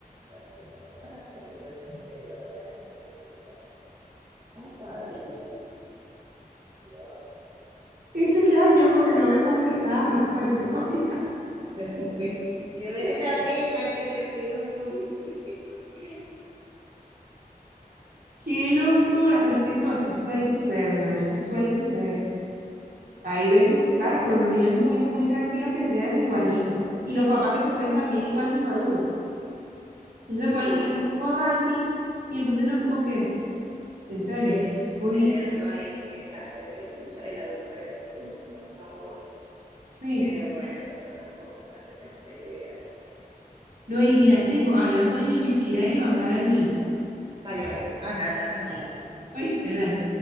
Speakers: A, on the right (about 30°); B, on the right (about 70°).
A: No, sí, tiene su carácter, y pues me quedé loca con usted, con usted, Ay, padre, y yo, Dios,
B: Esto que hay yo porque no me traje mi carro. <laughs> Ay, me da mi carro.
A: no, pero, y yo déjeme aquí, tranquilo, yo pido un yubi. <laughs>
B: Qué locura. Pero es que no, es que suele suceder, de verdad, es que suele suceder. Hay veces
A: Sí,
B: que, claro, por los niños muy, muy tranquilos que sean igualitos. Y los papás que se ponen también igual de inmaduros. Entonces se ponen
A: sí,
B: en el mismo ranking y entonces uno como que, en serio,
A: mede-
B: un
A: mediando
B: niño.
A: ahí, exacto. Yo le digo, cónchale, el adulto eres tú, por favor.
B: Sí.
A: Pero bueno, esas son las cosas con las que tengo que lidiar.
B: No, Eli, mira, tengo, hablando de niños, que ir a levantar al mío.
A: Vale, vale. Anda, anda, tranquila.
B: Oíste, dale.